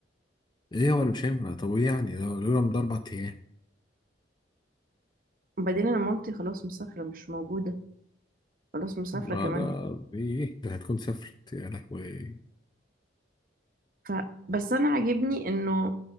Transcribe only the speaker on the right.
وبعدين انا مامتي خلاص مسافرة مش موجودة خلاص مسافرة
كمان
ف بس أنا عاجبني إنه